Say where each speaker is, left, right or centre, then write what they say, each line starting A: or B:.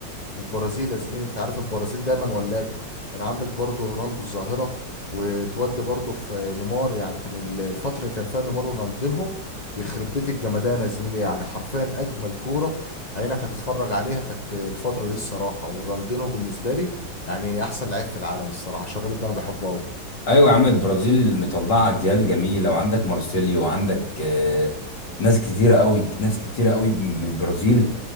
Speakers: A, on the left (about 30°); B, on the left (about 70°).
A: من البرازيل يا زميلي انت عارف البرازيل دايما ولاده كان عندك برضه رونالدو الظاهره وتودي برضه في نيمار يعني كان ال- الفترة اللي كان فيها نيمار ورونالدينهو يخرب بيت الجمدان يا زميلي يعني حرفيا أجمل كورة عينك هتتفرج عليها كانت الفترة دي الصراحة ورونالدينهو بالنسبة لي يعني أحسن لعيب في العالم الصراحة عشان الراجل ده أنا بحبه أوي
B: ايوه يا عم البرازيل مطلعه اجيال جميله وعندك مارسيليو وعندك آه، ناس كتيره قوي ناس كتيره قوي من البرازيل